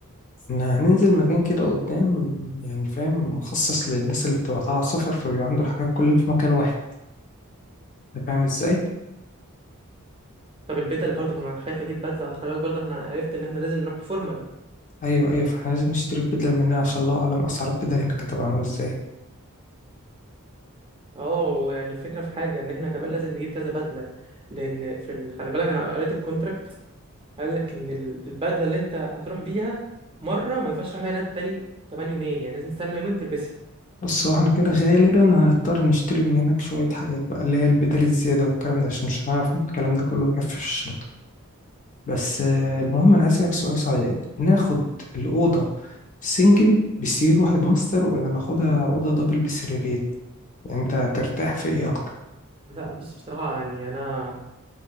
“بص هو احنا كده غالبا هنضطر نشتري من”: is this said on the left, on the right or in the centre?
Left